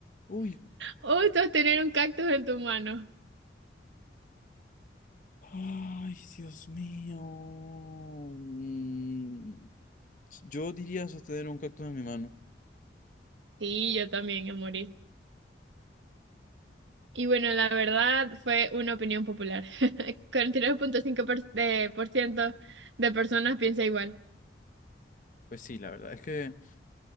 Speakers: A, on the left; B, on the right.
A: Uy.
B: O sostener un cactus en tu mano.
A: Ay, Dios mío. Mm, Yo diría sostener un cactus en mi mano.
B: Sí, yo también, a morir. Y bueno, la verdad fue una opinión popular. <laughs> 49.5% de por ciento de personas piensa igual.
A: Pues sí, la verdad es que...